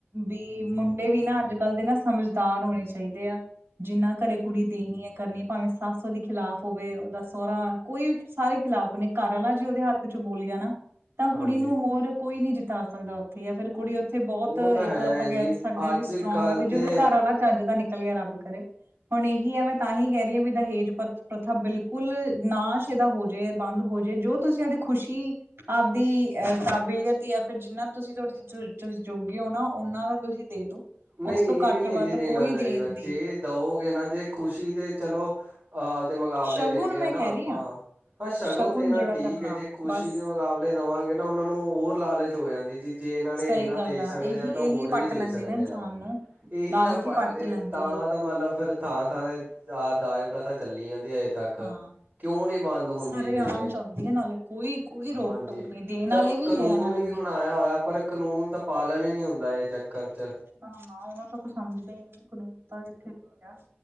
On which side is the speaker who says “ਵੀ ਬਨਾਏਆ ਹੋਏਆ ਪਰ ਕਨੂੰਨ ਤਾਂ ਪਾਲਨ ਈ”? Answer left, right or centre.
Right